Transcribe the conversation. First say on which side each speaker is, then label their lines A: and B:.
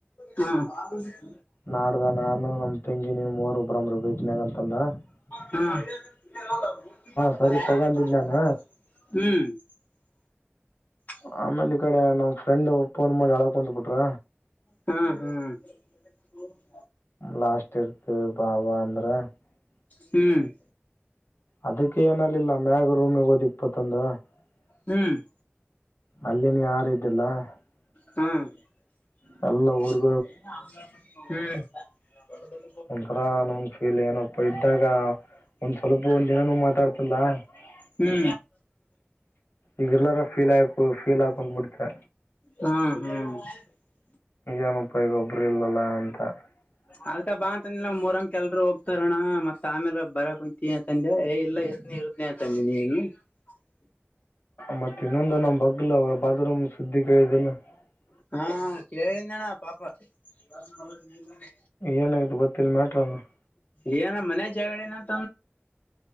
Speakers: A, on the left (about 40°); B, on the left (about 65°).
A: ಹಾ <unintelligible>
B: ನಾಡಾದ ನಾನು ನಮ್ಮ ತೆಂಗಿನು ಮೂವರು ಒಬ್ರಂಬ್ರ ಬೀಚ್ ನ್ಯಾಗ ಅಂತ ಅಂದಾ? <unintelligible>
A: <inaudible> ಏ
B: ಸರಿ ತಗೊಂಡಿದ್ ನಾನ
A: <unintelligible> <inaudible> <unintelligible>
B: ಆಮೇಲೆ ಈ ಕಡೆ ನಮ್ ಫ್ರೆಂಡ್ ಫೋನ್ ಮಾಡಿ ಅಳಕ್ ಕುಂತ್ ಬಿಟ್ರ
A: ಹಾ ಹ <unintelligible>
B: ಲಾಸ್ಟ್ ಇರ್ತಿ ಬಾಬವಾ ಅಂದ್ರ <unintelligible>
A: ಹೂ <unintelligible>
B: ಅದಕ್ಕೆ ಏನ ಅಂದಿಲ್ಲ ನಾನ ಮ್ಯಾಗ ರೂಮಗ್ ಹೋದ್ ಇಪ್ಪತ್ತೊಂದ <unintelligible>
A: ಹು <unintelligible>
B: ಅಲ್ಲಿನೂ ಯಾರು ಇದ್ದಿಲ್ಲ? <unintelligible>
A: ಹೂ <unintelligible>
B: ನಎಲ್ಲಾ ಹೋರಿ <unintelligible>
A: <inaudible> ಹೂ <unintelligible>
B: ಒಂಥರ ನನ್ನ ಫೀಲ್ ಏನಪ್ಪ ಇದ್ದಾಗ? <unintelligible> ಒಂದ್ ಸ್ವಲ್ಪ ಒಂದ ಏನು ಮಾತಾಡ್ತಿಲ್ಲ? <unintelligible>
A: ಹೂ <inaudible>
B: ಈಗ ಇರ್ಲಾರ ಫೀಲ್ ಆಯಕು ಫೀಲ್ ಹಾಕೊಂಡ್ ಬಿಡ್ತೆ
A: ಹ <unintelligible> ಹ <unintelligible>
B: ಏನಪಾ ಈಗ ಗೊಬ್ಬರು ಇಲ್ಲಲ್ಲ ಅಂತ? <unintelligible>
A: ಅದಕ್ಕ ಬಾ ಅಂತಂದೇ ನಮ್ಮ ಊರಂಕ ಎಲ್ಲರೂ ಹೋಗತಾರಾ ಅಣ್ಣ ಮತ್ತ ಆಮೇಲೆ ಬೇರೆ ಕುಂತಿ ಅಂದೆ ಏ ಇಲ್ಲ ಇರತನೀ <unintelligible> ಪುಣ್ಯ ತಂದಿದೀನಿ. <unintelligible>
B: ಮತ್ತೆ ಇನ್ನೊಂದು ನಮ್ಮ ಬಗ್ಲ ಅವ ಬಾತ್ರೂಮ್ ದ ಸುದ್ದಿ ಕೇಳಿದಿಲ್ಲ. <unintelligible>
A: ಹಾ ಕೇಳಿಂದಣ್ಣ ಪಾಪ? <unintelligible>
B: ಏನ ಆಗೇತ್ತಿ ಗೊತ್ತಿಲ್ಲ ಮ್ಯಾಟರ್ ಅದ? <unintelligible>
A: ಏ ನಾನ್ ಮನ್ಯಾಗ ಜಗಳ ಅಡೆನ ಅಂದ <unintelligible>